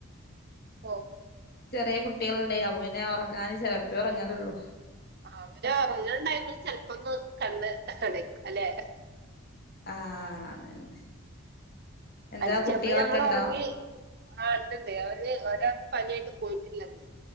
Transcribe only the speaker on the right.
<inaudible>
അവർ ഒർങ്ങാ ടൈമിൽ ചെൽ പ്പൊന്ന് കണ്ണ് അടക്കും <unintelligible> അല്ലെ
അ ചെൽപ്പൊ
ഞമ്മൾ ഒർങ്ങി
ആ ഉണ്ടുണ്ട് അവര് ഒരാൾക്ക് പനിയായിട്ട് പോയിട്ടില്ല ഇന്ന്